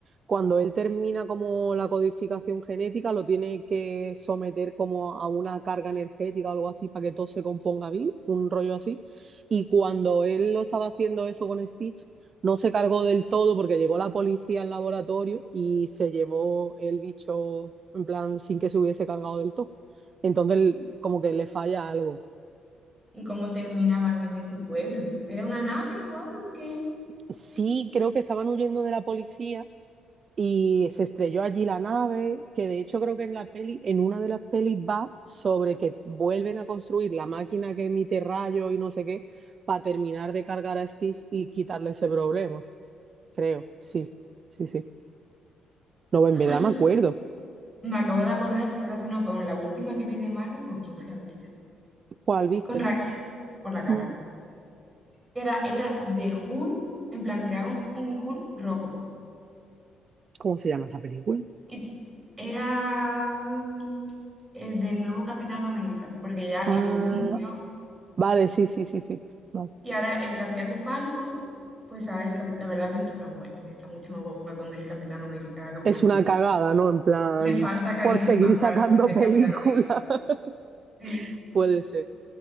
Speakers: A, on the right (about 45°); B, on the right (about 15°).
A: cuando él termina como la codificación genética, lo tiene que someter como a una carga energética o algo así para que todo se componga bien, un rollo así. Y cuando él lo estaba haciendo eso con Stitch, no se cargó del todo porque llegó la policía al laboratorio y se llevó el bicho en plan sin que se hubiese cargado del todo. Entonces, como que le falla algo.
B: Y cómo terminaban en ese pueblo. Era una nave o algo que...
A: Sí, creo que estaban huyendo de la policía y se estrelló allí la nave, que de hecho creo que en la peli, en una de las pelis va sobre que vuelven a construir la máquina que emite rayos y no sé qué, para terminar de cargar a Stitch y quitarle ese problema, creo, sí, sí, sí. No, en verdad
B: Ay,
A: me acuerdo.
B: Me acabo de acordar, eso relacionado con la última que vi de Marvel, ¿con quién fui a verla?
A: ¿Cuál viste?
B: Con Raquel por la cara.
A: Mm.
B: Era, era de Hulk, en plan, creaban un Hulk rojo.
A: ¿Cómo se llama esa película?
B: Y era mm, el del nuevo Capitán América, porque ya el
A: Ah,
B: rubio murió.
A: vale, sí, sí, sí, sí. Vale.
B: Y ahora el que hacía de Falcon, pues ahora es el Capitán. La verdad que no está tan guay. Está mucho más guay cuando es el Capitán América, Capitán
A: Es
B: América.
A: una cagada, ¿no? En plan,
B: Le falta carisma
A: por seguir
B: para
A: sacando
B: ser
A: películas.
B: Capitán América.
A: <laughs>
B: Sí,
A: Puede ser.